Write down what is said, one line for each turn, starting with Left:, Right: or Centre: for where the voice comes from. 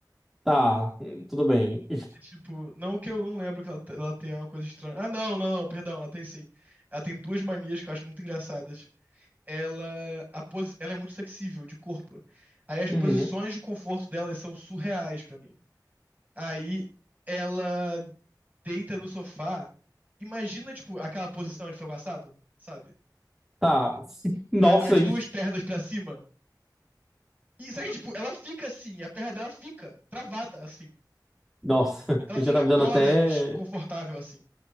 Centre: tá, hum, tudo bem.
Right: É Tipo, não que eu não lembro que ela, te- ela tenha uma coisa estranha. Ah, não, não, não, perdão, ela tem sim. Ela tem duas manias que eu acho muito engraçadas. Ela, a posi... ela é muito flexível de corpo. Aí as
Centre: Uhum.
Right: posições de conforto dela são surreais pra mim. Aí ela deita no sofá. Imagina, tipo, aquela posição de frango assado, sabe?
Centre: Tá, <laughs> nossa,
Right: Com a- As
Centre: aí.
Right: duas pernas pra cima. E sabe, tipo, ela fica assim, a perna dela fica travada assim.
Centre: Nossa,
Right: Ela
Centre: <laughs> já
Right: fica
Centre: tá me dando
Right: horas
Centre: até.
Right: confortável assim.